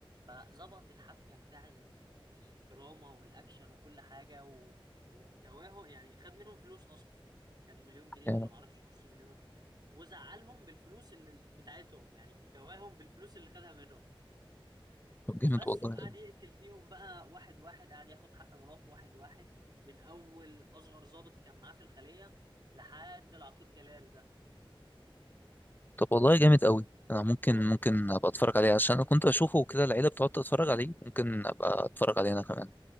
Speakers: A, on the right; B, on the left.
A: فظبط الحبكة بتاع ال- الدراما والأكشن وكل حاجة و... وكواهم يعني خد منهم فلوس أصلا كان مليون جنيه
B: جامد
A: ولا معرفش نص مليون وزعلهم بالفلوس اللي بتاعتهم يعني كواهم بالفلوس اللي خدها منهم
B: طب جامد
A: بس
B: والله
A: وقعد يقتل فيهم بقى واحد واحد قعد ياخد حق مراته واحد واحد من أول أصغر ضابط كان معاه في الخلية لحد العقيد جلال ده
B: طب والله جامد قوي انا ممكن ممكن ابقى اتفرج عليه عشان انا كنت اشوفه كده العيله بتقعد تتفرج عليه ممكن ابقى اتفرج عليه انا كمان